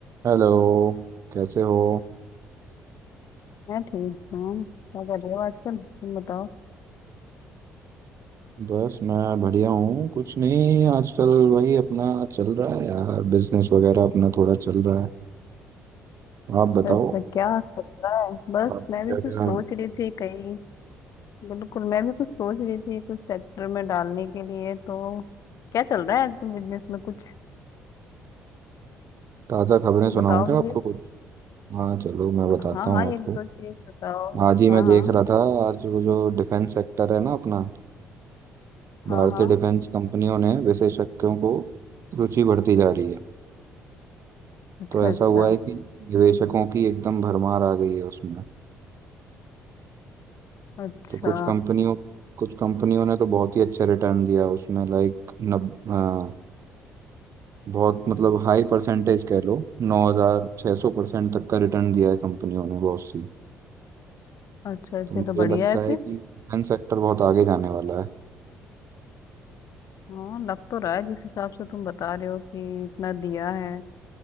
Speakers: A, on the right; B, on the left.
A: Hello कैसे हो
B: मैं ठीक हूँ क्या कर रहे हो आजकल तुम बताओ
A: बस मैं बढ़िया हूँ कुछ नहीं आजकल वही अपना चल रहा है यार बिजनेस वगैरह अपना थोड़ा चल रहा है
B: अच्छा
A: आप बताओ
B: अच्छा क्या चल रहा है बस
A: आपने
B: मैं
A: क्या
B: भी कुछ
A: क्या
B: सोच रही थी कहीं बिल्कुल मैं भी कुछ सोच रही थी कुछ सेक्टर में डालने के लिए तो क्या चल रहा है आजकल बिजनेस में कुछ
A: ताज़ा खबरें सुनाऊँ
B: बताओ
A: क्या
B: मुझे
A: आपको कुछ हाँ चलो मैं बताता
B: हाँ
A: हूँ
B: हाँ
A: आपको
B: एक दो चीज बताओ
A: आज ही
B: हाँ
A: मैं देख
B: हाँ
A: रहा था आज वो जो डिफेंस सेक्टर है ना अपना भारतीय
B: हाँ हाँ
A: डिफेंस कंपनियों ने विशेषज्ञों को रुचि बढ़ती जा रही है
B: अच्छा
A: तो ऐसा
B: अच्छा
A: हुआ है कि निवेशकों की एकदम भरमार आ गई है उसमें
B: अच्छा
A: तो कुछ कंपनियों कुछ कंपनियों ने तो बहुत ही अच्छा रिटर्न दिया उसमें लाइक नब अ, बहुत मतलब हाई परसेंटेज कह लो नौ हजार छः सौ परसेंट तक का रिटर्न दिया है कंपनियों ने बहुत सी
B: अच्छा अच्छा
A: तो मुझे
B: तो बढ़िया
A: लगता
B: है
A: है
B: फिर
A: कि डिफेंस सेक्टर बहुत आगे जाने वाला है
B: हाँ लग तो रहा है जिस हिसाब से तुम बता रहे हो कि इतना दिया है